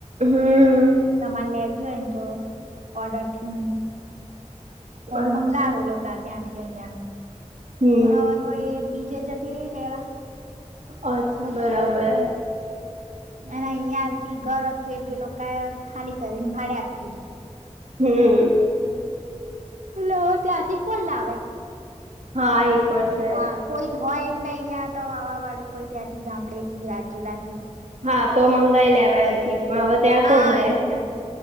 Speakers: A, on the right; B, on the right.
A: હમ
B: તમારે લે આવી હોય ને તો ઓર્ડર થી
A: અચ્છા
B: મંગાવેલો ત્યાંથી અહં
A: હમ
B: પણ હવે તો એ બી જે જતી રહી તેવા
A: અચ્છા બરાબર.
B: અને અહિયાંથી ઘર હતું એ બે લોકોએ ખાલી કરીને ભાડે આપી દીધું.
A: હમ.
B: લવ ત્યાંથી કોણ લાવે
A: હા એ પણ છે
B: હ કોઈ હોય જ ને અહિયાં તો આવવા વાળું કોઈ ત્યાંથી ગામડે થી રાજુલા થી
A: હા તો મંગાઈ લેવાય હજી પણ હવે ત્યાં
B: હા
A: કોણ જાય
B: એજ ને